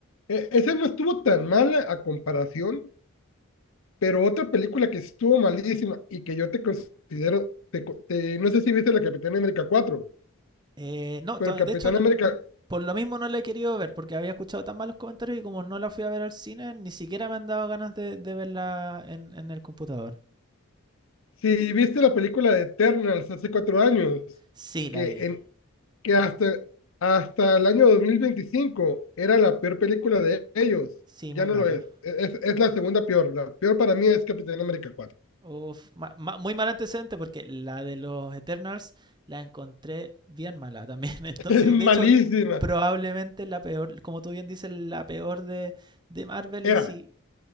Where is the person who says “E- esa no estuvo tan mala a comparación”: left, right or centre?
Left